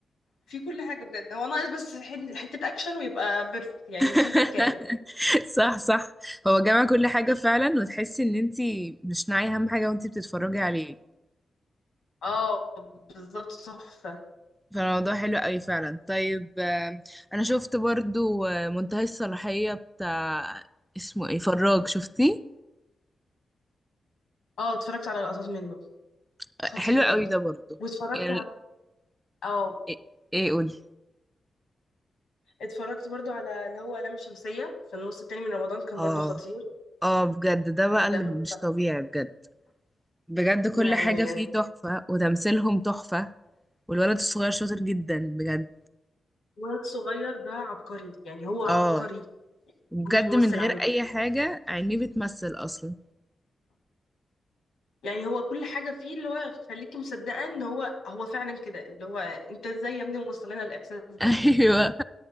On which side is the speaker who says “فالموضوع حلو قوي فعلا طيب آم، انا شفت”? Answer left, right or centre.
Centre